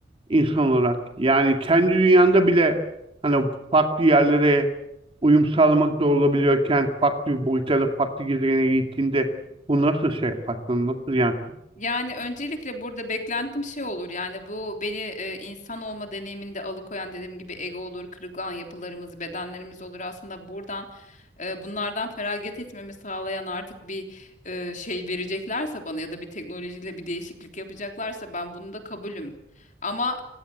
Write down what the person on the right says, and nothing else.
insan olarak yani kendi dünyanda bile hani farklı yerlere uyum sağlamak zor olabiliyorken farklı bir boyuta da farklı gezegene gittiğinde bu nasıl şey yaparsın nasıl yani